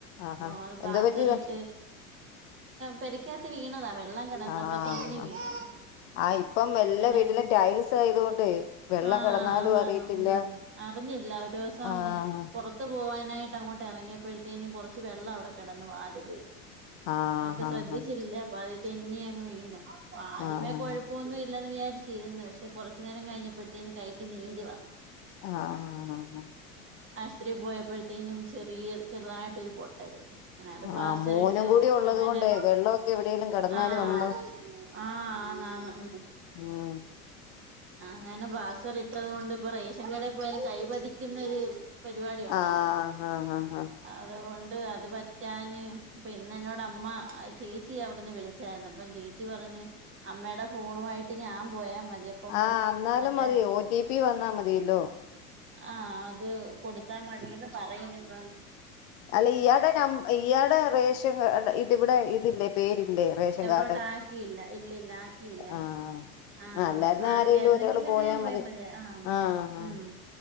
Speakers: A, on the left (about 50°); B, on the right (about 25°).
A: ആഹാ
B: അപ്പ അത് പ്ലാസ്റ്ററി
A: എന്തോ പറ്റിയതാ
B: ഇട്ട് പെരിക്കാത്ത് വീണതാ വേ വെള്ളം കിടന്നപ്പോ
A: ആഹ്
B: തിങ്ങി വീണ
A: ആഹ് ഇപ്പം
B: അങ്ങനെ
A: എല്ലാ വീട്ടിലും ടൈൽസ് ആയതുകൊണ്ട് വെള്ളം
B: ആഹ
A: കിടന്നാലും അറിയത്തില്ല
B: ആ ഉ അറിഞ്ഞില്ല ഒരു ദിവസം
A: ആഹ്
B: പുറത്ത് പോകാനായിട്ട് അങ്ങോട്ട് ഇറങ്ങിയപ്പോഴത്തേനും കുറച്ച് വെള്ളം അവിടെ കിടന്നു വാതിലിൽ
A: ആഹ്
B: ഒക്കെ
A: ആഹ്
B: ശ്രദ്ധിച്ചില്ലേ അപ്പൊ അത് തെന്നി അങ്ങ് വീണ് ആദ്യമേ
A: ആഹ് ആഹ്
B: കൊഴപ്പമൊന്നും ഇല്ലന്ന് വ ചീരുന്നു പക്ഷെ കുറച്ചു നേരം കഴിഞ്ഞപ്പോഴത്തേന്ന് കൈക്ക് നീര് വന്നു
A: ആഹ്
B: ഒത്തിരി പോയപ്പോഴത്തേനും ചെറിയ ചെറുതായിട്ടൊരു പൊട്ടല് അങ്ങനെ അത് പ്ലാസ്റ്റർ
A: ആഹ് മോനും
B: ഇട്ട്
A: കൂടി ഉള്ളത്
B: അങ്ങനെ
A: കൊണ്ട് വെള്ളമൊക്കെ എവിടെേലും കിടന്നാല്
B: ആഹ
A: നമ്മൾ
B: ആ ആണ ആ ഉ
A: ഉം
B: അങ്ങനെ പ്ലാസ്റ്റർ ഇട്ടത് കൊണ്ട് ഇപ്പൊ റേഷൻ കട പോയാലും കൈ പതിക്കുന്നൊരു പരിപാടി ഉണ്ടല്ലോ
A: ആഹ് ആഹ് ആഹ് ആഹ്
B: അതൊണ്ട് അത് പറ്റാ ഇന്നോട് അമ്മ ചേച്ചി അവിടുന്ന് വിളിച്ചായിരുന്നു അപ്പം ചേച്ചി പറഞ്ഞ അമ്മയുടെ ഫോണുയിട്ട് ഞാൻ പോയാ മതി അപ്പൊ മു
A: ആഹ എന്നാലും
B: മറ്റേ
A: മതി ഓ ടി പി വന്നാ മതിയല്ലോ
B: ആഹ അത് കൊടുത്താ മതിന്ന പറയുന്ന ഇപ്പ
A: അല്ല ഇയാടെ ന ഇയാടെ റേഷൻ ഇതി ഇവിടെ ഇതില്ലേ പേരില്ലേ റേഷൻ കാ
B: ട്ട് ആക്കിയില്ല ഇല്ല ഇല്ല ആക്കിയില്ല
A: ആഹ്
B: ആഹ
A: ആഹ് അല്ലായിരുന്ന
B: ആക്കിയായിരുന്നെങ്കി
A: ആരെലും ഒരാള്
B: പിന്നെ ഞാൻ പോയാ
A: മതി
B: മതിയാ ആ്
A: ആഹ് ആഹ്
B: ഉം